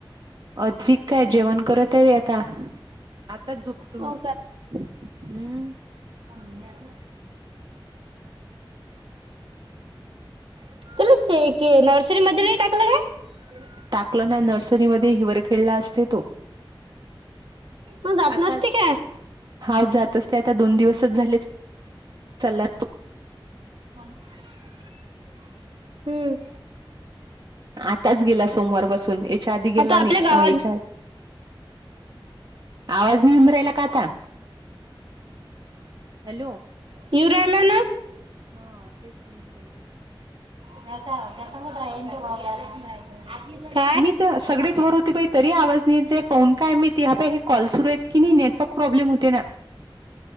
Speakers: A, on the right; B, on the right.
A: अद्विक काय जेवण करत आहे आता. आताच झोपीतून
B: हो
A: उठला. हम्म,
B: धुन्याचा <inaudible> तुला से के नर्सरी मध्ये नाही टाकलं काय? <inaudible>
A: टाकलं ना, नर्सरीमधी हिवर खेडलास ते तो
B: मग जात
A: आताच
B: नसते काय?
A: हा, जातोस ते आता दोन दिवसच झालेत. चाला.
B: <inaudible> हम्म,
A: आताच गेला सोमवारपासून याच्या आधी गेला
B: आता आपल्या
A: नाही.
B: गावात
A: याच्या आधी आवाज नाही येऊन राहिला का आता हॅलो,
B: येऊ राहिला न,
A: हा तेच म्हणून राहिली.
B: त्याचा त्यासंग राहेन तो <unintelligible> आदिल ना
A: मी तर सगळेत वर होती बाई तरी आवाज नाही येत जाये. कोन काय माहिती आता हे कॉल सुरू आहेत की नाही नेटवर्क प्रॉब्लेम होते ना